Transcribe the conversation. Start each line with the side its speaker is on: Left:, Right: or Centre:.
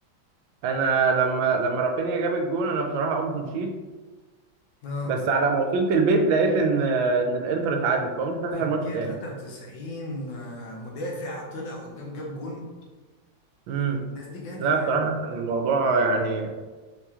Right: انا لما لما رافينيا جاب الجون انا بصراحه قمت مشيت
Left: اه
Right: بس على ما وصلت البيت لقيت ان ان الانتر اتعادل فقمت فاتح
Left: في الدقيقة
Right: الماتش تاني
Left: 93 آه، مدافع طلع قدام جاب جون
Right: مم.
Left: الناس دي جاية
Right: لا
Left: تحارب
Right: بصراحة كان الموضوع يعني